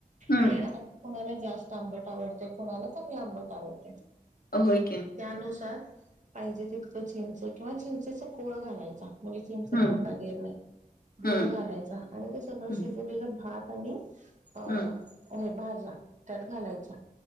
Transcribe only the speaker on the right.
आणि कुणाला जास्त आंबट आवडते. कोणाला कमी आंबट आवडते.
त्यानुसार पाहिजे तितकं चिंच किंवा चिंचेचा कोळ घालायचा. मुली चिंच तोंडा
येनार गूळ
घालायचा आणि ते सगळं
शिजलेलं भात आणि अ
भाज्या त्यात घालायचा